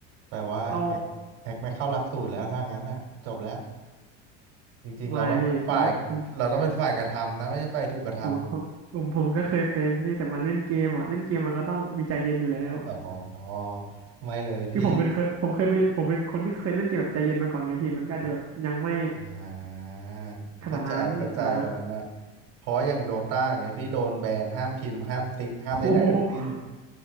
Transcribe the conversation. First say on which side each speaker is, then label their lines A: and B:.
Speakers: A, on the right; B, on the right.
A: แปลว่าแอคแอคไม่เข้าหลักสูตรแล้วถ้างั้นน่ะจบแล้ว
B: เรา
A: จริงๆเราต้องเป็นฝ่าย
B: ไม่พี่ผมก็ผม
A: เราต้องเป็นฝ่ายกระทำนะไม่ใช่ฝ่ายถูกกระท
B: ผมผมผมผมก็เคยเป็นพี่แต่มันเล่นเกมอ่ะเล่นเกมมันก็ต้องมีใจเย็นอยู่แล้ว
A: ำอ๋อไม่เลยพี่
B: คือผมเป็นเคยผมเคยเป็นผมเป็นคนที่เคยเล่นเกมแบบใจเย็นมาก่อนไงพี่มันก็อาจจะแบบยังไม่
A: อ่า
B: ขนาดนั้นอ่า
A: เข้าใจเข้าใจอันนั้นนะเพราะว่าอย่างโดต้าอย่างเงี้ยพี่โดนแบนห้ามพิมพ์ห้ามติ๊กห้ามใดๆทั้งสิ้น
B: โอ้